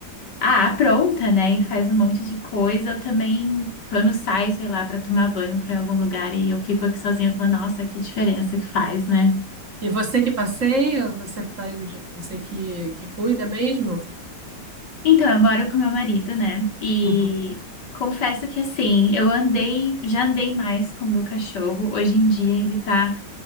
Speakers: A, on the left (about 70°); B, on the right (about 45°).
A: ah, apronta, né? E faz um monte de coisa. Eu também, quando sai, sei lá, para tomar banho para algum lugar e eu fico aqui sozinha, eu falo, nossa, que diferença que faz, né?
B: E você que passeia, você faz, você que, que cuida mesmo?
A: Então, eu moro com meu marido, né? E
B: Uhum.
A: confesso que assim, eu andei, já andei mais com meu cachorro. Hoje em dia ele tá